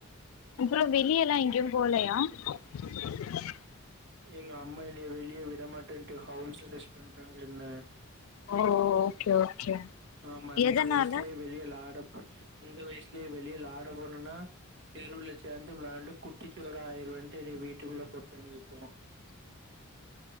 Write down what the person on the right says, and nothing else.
எங்க அம்மா என்ய வெளிய விட மாட்டேன்ட்டு ஹவுஸ் அரெஸ்ட் பண்டாங்க என்ன
ஆமா இந்த
வயசுலியே வெளியெல்லா ஆட போ இந்த வயசுலியே வெளியெல்லா ஆட போனுன்னா தெருவுல சேந்து விளாண்டு குட்டிச்செவுராயிரிருவன்ட்டு என்னிய வீட்டுக்குள்ள போட்டாங்கோ இப்போ